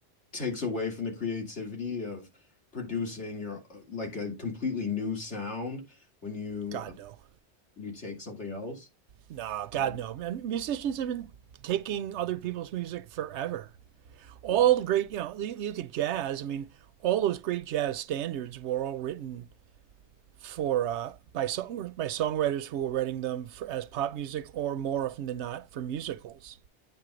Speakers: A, on the left; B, on the right.
A: takes away from the creativity of producing your uh, like a completely new sound when you
B: God
A: uh,
B: no.
A: you take something else
B: Nah, God
A: yeah
B: no. Man musicians have been taking other people's music forever. All
A: yeah
B: the great you know, you look at jazz, I mean, all those great jazz standards were all written for uh, by song by songwriters who were writing them for, as pop music or more often than not for musicals.